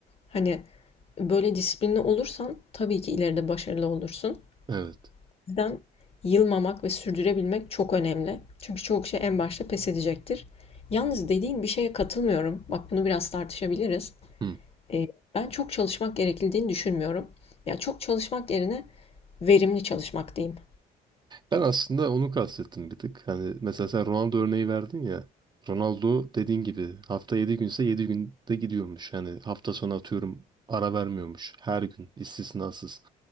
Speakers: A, on the left; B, on the right.
A: Hani böyle disiplinli olursan tabii ki ileride başarılı olursun.
B: Evet.
A: O yüzden yılmamak ve sürdürebilmek çok önemli. Çünkü çoğu kişi en başta pes edecektir. Yalnız dediğin bir şeye katılmıyorum. Bak bunu biraz tartışabiliriz.
B: Hı.
A: E, ben çok çalışmak gerekildiğini düşünmüyorum. Ya çok çalışmak yerine verimli çalışmak diyeyim.
B: Ben aslında onu kastettim bir tık. Hani mesela sen Ronaldo örneği verdin ya. Ronaldo dediğin gibi hafta 7 günse 7 günde gidiyormuş. Yani hafta sonu atıyorum ara vermiyormuş. Her gün istisnasız.